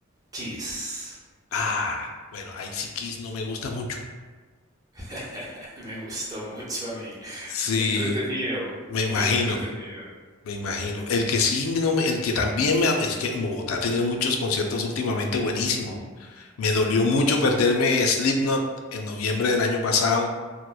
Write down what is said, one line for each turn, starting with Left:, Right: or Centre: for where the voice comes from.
Right: Kiss.
Left: Ah, bueno, ahí sí Kiss no me gusta mucho.
Right: <laughs> Me gustó mucho a mí,
Left: Sí,
Right: muy entretenido,
Left: Me
Right: muy
Left: imagino,
Right: entretenido.
Left: me imagino. El que sí, no me- el que también me... ha- Es que en Bogotá ha tenido muchos conciertos últimamente buenísimos. Me dolió mucho perderme Slipknot en noviembre del año pasado.